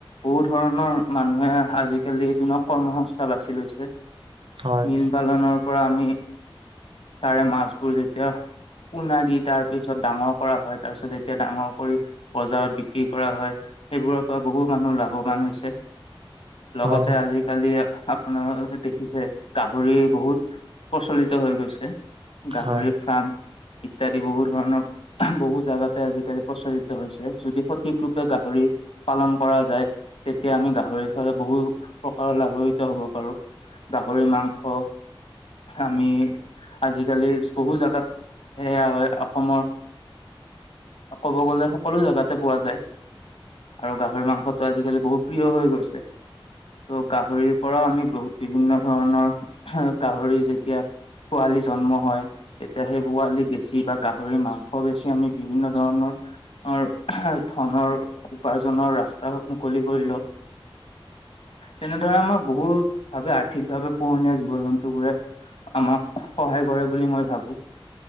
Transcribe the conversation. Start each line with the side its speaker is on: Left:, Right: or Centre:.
Left: বহু ধৰণৰ মানুহে আজিকালি, দিনক কৰ্ম সংস্থা বাছি লৈছে।
Right: হয়
Left: মীন পালনৰ পৰা আমি, তাৰে মাছবোৰ যেতিয়া পোনা দি তাৰ পিছত ডাঙৰ কৰা হয়, তাৰ পিছত যেতিয়া ডাঙৰ কৰি বজাৰত বিক্ৰী কৰা হয়, সেইবোৰৰ পৰা বহু মানুহ লাভ বান হৈছে, লগতে
Right: হয় হয়
Left: আজিকালি আপোনাৰ দেখিছে, গাহৰি বহুত প্ৰচলিত হৈ গৈছে। গাহৰি
Right: হয়
Left: ফাৰ্ম, ইত্যাদি বহুত ধৰণৰ বহু জাগাতে আজিকালি প্ৰচলিত হৈছে। যদি সঠিক ৰূপে গাহৰি পালন কৰা যায় তেতিয়া আমি গাহৰি, বহু প্ৰকাৰৰ লাভানিত হ'ব পাৰো। গাহৰি মাংস আমি, আজিকালি বহু জোগাত, সেয়া হয়। অসমৰ ক'ব গ'লে সকলো জাগাতে পোৱা যায়। আৰু গাহৰি মাংস টো আজিকালি বহু প্ৰিয় হৈ গৈছে। ত' গাহৰিৰ পৰাও আমি বহু বিভিন্ন ধৰণৰ, গাহৰি যেতিয়া পোৱালি জন্ম হয় তেতিয়া সেই পোৱালী বেছি, বা গাহৰি মাংস বেছি আমি বিভিন্ন ধৰণৰ ধনৰ, উপাৰ্জনৰ ৰাস্তা মুকলি কৰিল লওঁ তেনেদৰে আমাক বহুত ভাৱে, আৰ্থিকভাৱে পোহনীয়া জীৱ জন্তু বোৰে আমাক সহায় কৰে বুলি মই ভাবোঁ,